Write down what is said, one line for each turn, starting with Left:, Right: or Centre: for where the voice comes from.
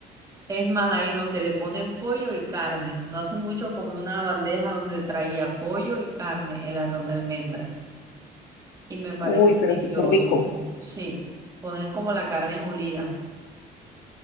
Right: Es más, hay lo que le ponen pollo y carne. No hace mucho comí una bandeja donde traía pollo y carne, el arroz de almendra. Y me parece
Left: Uy,
Right: delicioso.
Left: pero súper rico.
Right: Sí, ponen como la carne molida.